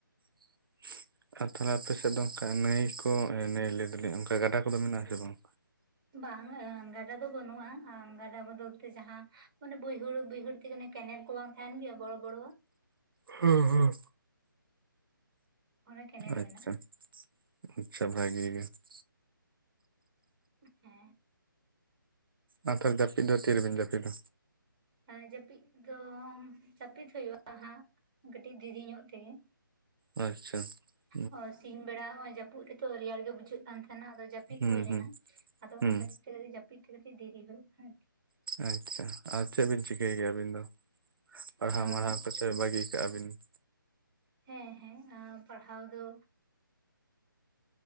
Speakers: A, on the right; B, on the right.
A: ᱾ ᱟᱨ ᱛᱟᱦᱞᱮ ᱟᱯᱮ ᱥᱮᱫ ᱫᱚ ᱚᱱᱠᱟ ᱱᱟᱹᱭ ᱠᱚ ᱱᱟᱹᱭ ᱞᱟᱹᱭ ᱫᱟᱞᱤᱧ ᱚᱱᱠᱟ ᱜᱟᱰᱟ ᱠᱚᱫᱚ ᱢᱮᱱᱟᱜ-ᱟ ᱥᱮ ᱵᱟᱝ?
B: ᱵᱟᱝ-ᱟ ᱜᱟᱰᱟ ᱫᱚ ᱵᱟᱹᱱᱩᱜᱼᱟ ᱜᱟᱰᱟ ᱵᱚᱫᱚᱞ ᱛᱮ ᱡᱟᱦᱟᱸ, ᱢᱟᱱᱮ ᱵᱟᱹᱭᱦᱟᱹᱲ ᱵᱟᱹᱭᱦᱟ. ᱲᱨ ᱛᱮ ᱚᱱᱮ ᱠᱮᱱᱮᱞ ᱠᱚ ᱵᱟᱝ ᱛᱟᱦᱮᱱ ᱜᱮᱭᱟ ᱵᱚᱲᱚ ᱵᱚᱲᱚᱼᱟᱜ ᱾
A: ᱦᱮᱸ ᱦᱮᱸ
B: ᱚᱱᱟ ᱠᱮᱱᱮᱞ
A: ᱟᱪᱪᱷᱟ
B: ᱢᱮᱱᱟᱜᱼᱟ
A: ᱾ ᱟᱪᱪᱷᱟ ᱵᱷᱟᱹᱜᱤ ᱜᱮ ᱾
B: ᱦᱮᱸ ᱾
A: ᱟᱨ ᱛᱟᱨ ᱡᱟᱹᱯᱤᱫ ᱫᱚ ᱛᱤ ᱨᱮᱵᱤᱱ ᱡᱟᱹᱯᱤᱫᱟ?
B: ᱦᱮᱸ ᱡᱟᱹᱯᱤᱫ ᱫᱚ ᱡᱟᱹᱯᱤᱫᱽ ᱦᱩᱭᱩᱜ-ᱟ ᱦᱟᱸᱜ ᱠᱟᱹᱴᱤᱡ ᱫᱤᱨᱤ ᱧᱚᱜ ᱛᱮᱜᱮ ᱾
A: ᱟᱪᱪᱷᱟ ᱾
B: ᱦᱚᱭ ᱥᱤᱧ ᱵᱮᱲᱟ ᱦᱚᱸ ᱡᱟᱹᱯᱩᱫ ᱨᱮᱛᱚ ᱨᱮᱭᱟᱲ ᱜᱮ ᱵᱩᱡᱷᱟᱹᱜ ᱠᱟᱱ ᱛᱟᱦᱮᱱᱟ ᱟᱫᱚ ᱡᱟᱹᱯᱤᱫ
A: ᱦᱩᱸ
B: ᱦᱩᱭ ᱞᱮᱱᱟ
A: ᱦᱩᱸ
B: ᱟᱫᱚ
A: ᱦᱩᱸ
B: ᱚᱱᱟ ᱠᱷᱟᱹᱛᱤᱨ ᱛᱮ ᱡᱟᱹᱯᱤᱫ ᱛᱮ ᱠᱟᱹᱴᱤᱡ ᱫᱮᱨᱤ ᱦᱩᱭᱩᱜᱼᱟ ᱾
A: ᱟᱪᱪᱷᱟ ᱟᱨ ᱪᱮᱫ ᱵᱤᱱ ᱪᱤᱠᱟᱹᱭ ᱠᱮᱭᱟ ᱟᱹᱵᱤᱱ ᱫᱚ ᱯᱟᱲᱦᱟᱣ
B: ᱟᱨᱠᱤ᱾ ᱟᱸ
A: ᱢᱟᱲᱦᱟᱣᱛᱮᱫ? ᱥᱮ ᱵᱟᱹᱜᱤ ᱠᱟᱜ-ᱟ ᱵᱤᱱ ᱾
B: ᱦᱮᱸ ᱦᱮᱸ ᱟ ᱯᱟᱲᱦᱟᱣ ᱫᱚ